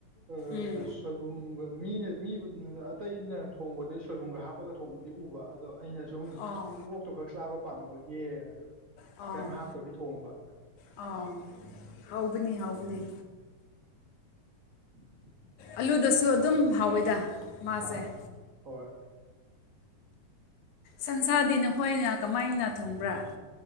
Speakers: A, on the right; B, on the left.
A: ꯑ
B: ꯎꯝ
A: ꯁꯣꯏ ꯕꯨꯝꯒ ꯃꯤꯅ ꯃꯤꯕꯨ ꯑꯇꯩꯅ ꯊꯣꯡꯕꯗꯨ ꯁꯣꯏꯕꯨꯝꯒ ꯍꯥꯞꯄꯒ ꯊꯣꯡꯕꯗꯤ ꯎꯕ ꯑꯗꯣ ꯑꯩꯅ ꯁꯨꯝ
B: ꯑꯣ
A: ꯑꯣꯛꯇꯣ ꯈꯛ ꯆꯥꯕ ꯄꯥꯝꯕꯒꯤ
B: ꯑꯣ
A: ꯀꯔꯤꯝ ꯍꯥꯞꯇꯕꯤ ꯊꯣꯡꯕ
B: ꯑꯥ ꯍꯥꯎꯕꯅꯤ ꯍꯥꯎꯒꯅꯤ
A: <inaudible>
B: ꯑꯂꯨꯗꯁꯨ ꯑꯗꯨꯝ ꯍꯥꯎꯋꯦꯗ ꯃꯥꯁꯦ
A: ꯑꯥ ꯍꯣꯏ
B: ꯁꯟꯁꯥꯗꯤ ꯅꯈꯣꯏꯅ ꯀꯃꯥꯏꯅ ꯊꯣꯡꯕ꯭ꯔꯥ